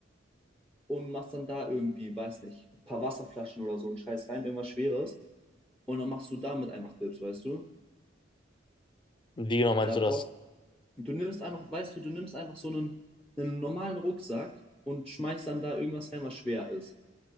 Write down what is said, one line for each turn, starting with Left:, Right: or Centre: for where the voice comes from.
Centre: und machst dann da irgendwie, weiß nicht, ein paar Wasserflaschen oder so einen Scheiß rein, irgendwas Schweres. Und dann machst du damit einfach Dips, weißt du?
Left: Wie genau meinst
Centre: Da
Left: du
Centre: brauchst
Left: das?
Centre: du nimmst einfach, weißt du, du nimmst einfach so einen, einen normalen Rucksack und schmeißt dann da irgendwas rein, was schwer ist.